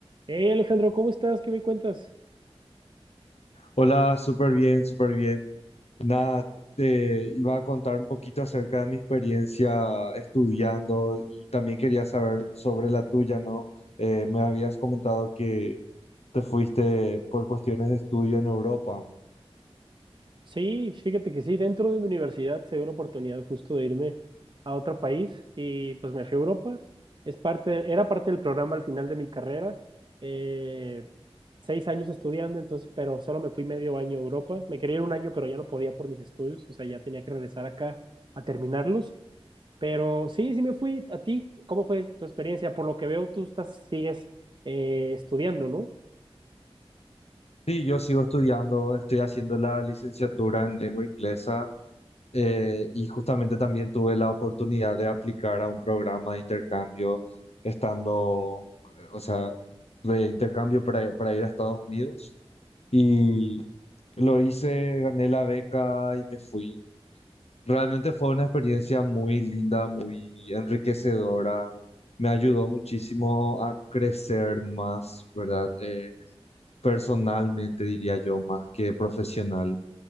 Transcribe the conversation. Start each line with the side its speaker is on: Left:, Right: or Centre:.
Right: Hey Alejandro, ¿cómo estás? ¿Qué me cuentas?
Left: Hola, súper bien, súper bien. Nada, te iba a contar un poquito acerca de mi experiencia estudiando y también quería saber sobre la tuya, ¿no? Eh, me habías comentado que te fuiste por cuestiones de estudio en Europa.
Right: Sí, fíjate que sí, dentro de mi universidad se dio la oportunidad justo de irme a otro país y pues me fui a Europa. Es parte, era parte del programa al final de mi carrera. Eh, seis años estudiando, entonces, pero solo me fui medio año a Europa. Me quería ir un año, pero ya no podía por mis estudios, o sea, ya tenía que regresar acá a terminarlos. Pero sí, sí me fui. ¿A ti? ¿Cómo fue tu experiencia? Por lo que veo, tú estás, sigues eh, estudiando, ¿no?
Left: Sí, yo sigo estudiando, estoy haciendo la licenciatura en lengua inglesa Eh, y justamente también tuve la oportunidad de aplicar a un programa de intercambio estando, eh, o sea, de intercambio para, para ir a Estados Unidos. Y lo hice, gané la beca y me fui. Realmente fue una experiencia muy linda, muy enriquecedora. Me ayudó muchísimo a crecer más, ¿verdad? Eh, personalmente, diría yo, más que profesional.